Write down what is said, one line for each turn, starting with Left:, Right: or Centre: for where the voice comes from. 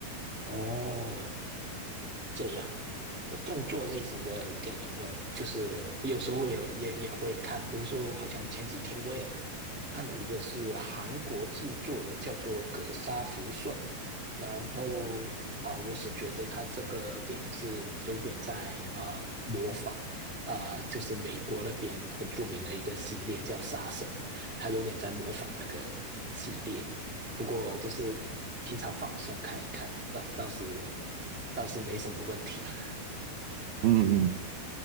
Centre: 哦，这样呃动作类型的电影，我就是有时候也也也会看，比如说好像前几天我也看了一个是韩国制作的，叫做《格杀福顺》，然后啊、我是觉得他这个电影是有点在啊、模仿啊、就是美国那边很著名的一个系列叫《杀神》，他有点在模仿那个系列。不过就是平常放松看一看，倒倒是倒是没什么问题啊。
Right: 嗯嗯嗯